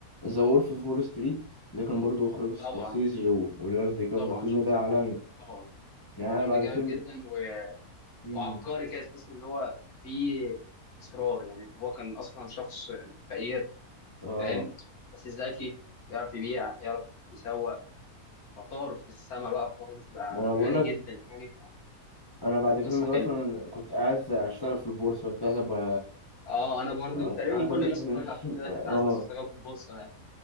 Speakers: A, on the left; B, on the left.
A: ذا وولف اوف وول ستريت ده كان برضه اخراج سكورسيزي
B: طبعا
A: و- وليوناردو دي كابريو
B: طبعا
A: الفيلم
B: شفت
A: ده
B: الفيلم
A: عالمي
B: ده طبعا
A: يعني أنا
B: فيلم
A: بعد
B: جامد
A: الفيلم
B: جدا و...
A: مم.
B: وعبقري كده تحس ان هو فيه اصرار يعني هو كان اصلا شخص فقير
A: اه
B: فاهم بس ذكي يعرف يبيع يعرف يسوق فطار في السما بقى خالص بقى
A: وانا بقول
B: غني
A: لك
B: جدا يعني
A: انا بعد
B: فكانت
A: الفيلم
B: قصه
A: ده
B: حلوه
A: اصلا كنت عايز اشتغل في البورصه كنت عايز ابقى
B: اه انا برضو
A: آه،
B: تقريبا
A: عايز
B: كل
A: ابقى
B: الناس
A: شغل
B: اتفرجت على الفيلم
A: <laughs>
B: ده
A: اه
B: كانت عايزه تشتغل في البورصه يعني